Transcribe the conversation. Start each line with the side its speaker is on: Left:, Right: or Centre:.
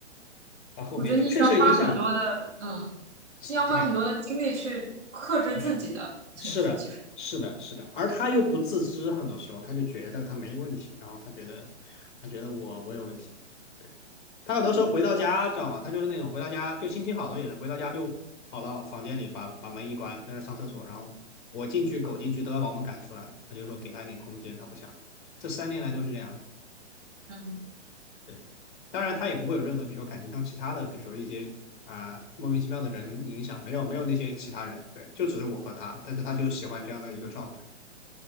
Left: 到后面就确实影响，
Right: 我觉得你需要花很多的，嗯，
Left: 对
Right: 你要花很多的精力去克制自己的情绪，
Left: 对。是的，
Right: 其实。
Left: 是的，是的，而他又不自知，很多时候他就觉得他没问题，然后他觉得他觉得我我有问题，对，他很多时候回到家，知道吗？他就是那种回到家就心情好了，也是回到家就跑到房间里把把门一关，在那上厕所，然后我进去狗进去都要把我们赶出来，他就说给他一点空间，他不想的，这三年来都是这样的
Right: 嗯
Left: 对，当然他也不会有任何比如说感情上其他的，比如说一些。啊、莫名其妙的人影响没有没有那些其他人，对，就只是我和他，但是他就喜欢这样的一个状态。